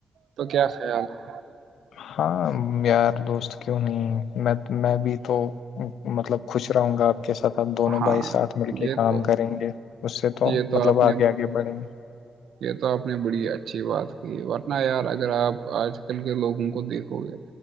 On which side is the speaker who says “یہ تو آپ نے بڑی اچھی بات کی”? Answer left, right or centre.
Right